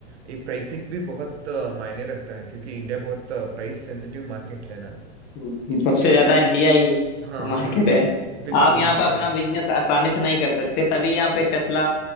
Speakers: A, on the right; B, on the left.
A: ये प्राइसिंग भी बहुत अ, मायने रखता है क्योंकि इंडिया बहुत प्राइस सेंसिटिव मार्केट है ना
B: हम्म,
A: इसीलिए
B: सबसे ज्यादा इंडिया ही
A: हाँ
B: मार्केट
A: हाँ
B: है
A: बिल्कुल
B: आप यहाँ
A: बिल्कुल
B: पे अपना बिजनेस आसानी से नहीं कर सकते तभी यहाँ पे टेस्ला